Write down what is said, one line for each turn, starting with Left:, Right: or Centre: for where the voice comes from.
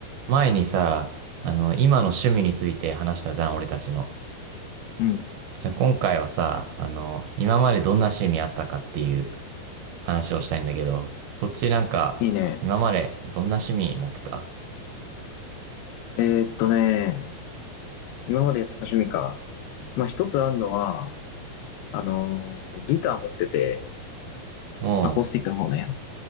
Right: 前にさ、あの、今の趣味について話したじゃん、俺たちの。
Left: うん。
Right: じゃあ今回はさ、あの、今までどんな趣味あったかっていう話をしたいんだけど、そっちなんか、
Left: いいね。
Right: 今までどんな趣味持ってた
Left: えーっとね、今までやってた趣味か。まあ、一つあるのは、あのーギター持ってて、
Right: もう、
Left: アコースティックの方ね。